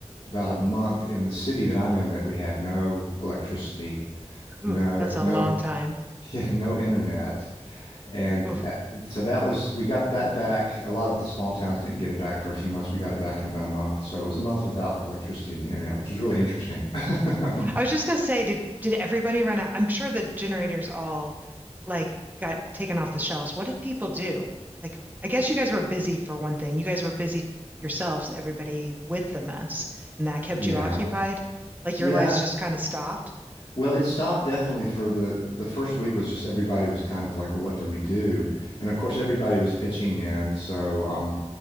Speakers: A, on the left; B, on the right.
A: about a month in the city that I'm in that we had no electricity, no
B: Ooh, that's a
A: no
B: long time.
A: <laughs> yeah, no internet. And
B: Ooh.
A: that, so that was we got that back. A lot of the small towns didn't get it back for a few months. We got it back in about a month. So it was a month without electricity and internet, which was really interesting. <laughs>
B: I was just gonna say, did did everybody run out? I'm sure the generators all like got taken off the shelves. What did people do? Like, I guess you guys were busy for one thing. You guys were busy yourselves, everybody with the mess, and that kept
A: Yeah.
B: you occupied. Like
A: Yeah.
B: your lives just kind of stopped.
A: Well, it stopped definitely for the the first week was just everybody was kind of like, well, what do we do? And of course, everybody was pitching in, so um,